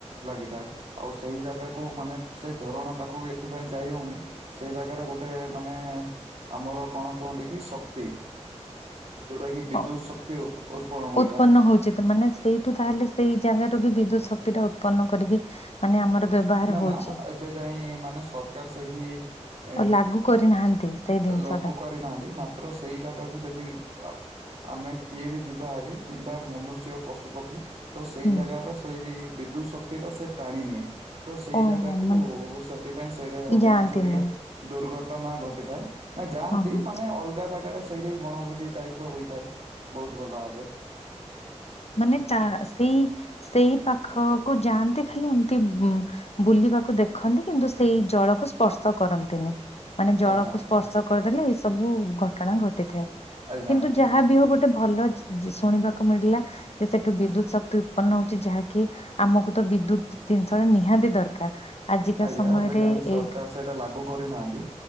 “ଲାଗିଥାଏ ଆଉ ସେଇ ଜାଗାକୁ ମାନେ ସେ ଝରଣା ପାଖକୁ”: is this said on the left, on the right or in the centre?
Right